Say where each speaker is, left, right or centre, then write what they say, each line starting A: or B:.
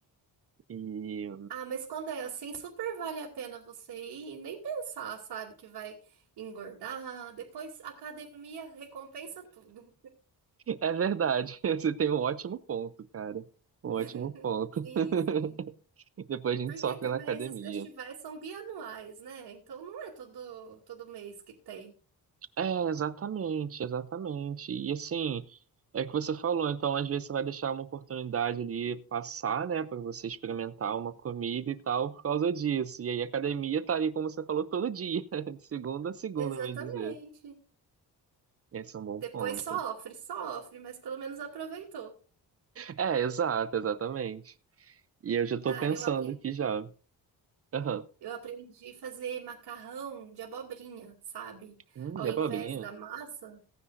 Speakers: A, on the right; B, on the right.
A: E
B: Ah, mas quando é assim, super vale a pena você ir e nem pensar, sabe, que vai engordar. Depois a academia recompensa tudo.
A: é verdade, <laughs> você tem um ótimo ponto, cara. Um
B: <laughs>
A: ótimo ponto.
B: Sim, sim.
A: <laughs> Depois a gente
B: Porque
A: sofre
B: também
A: na academia.
B: esses festivais são bianuais, né? Então não é todo, todo mês que tem.
A: É, exatamente, exatamente. E assim, é o que você falou, então às vezes você vai deixar uma oportunidade ali passar, né, para você experimentar uma comida e tal por causa disso. E aí a academia tá ali, como você falou, todo dia, <laughs> de segunda a segunda,
B: Exatamente.
A: bem dizer. Esse é um bom
B: Depois
A: ponto.
B: sofre, sofre, mas pelo menos aproveitou.
A: É, exato, exatamente. E eu já tô
B: Cara,
A: pensando
B: eu aprendi,
A: aqui já. Aham.
B: eu aprendi a fazer macarrão de abobrinha, sabe?
A: Hum,
B: Ao
A: já
B: invés
A: é abobrinha?
B: da massa,